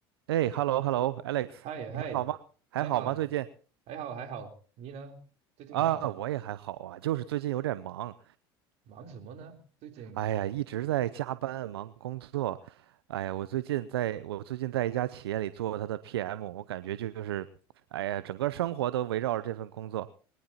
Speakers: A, on the right (about 85°); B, on the right (about 60°).
A: 哎，hello，hello，Alex，
B: 嗨嗨，
A: 你还好吗？还好吗？
B: 还好，
A: 最近
B: 还好，还好。你呢？最近还好吗？
A: 啊，我也还好啊，就是最近有点忙，
B: 忙什么呢？最近，
A: 哎呀，一直在加班忙工作，哎呀，我最近在我最近在一家企业里做他的 PM，我感觉就是，哎呀，整个生活都围绕着这份工作，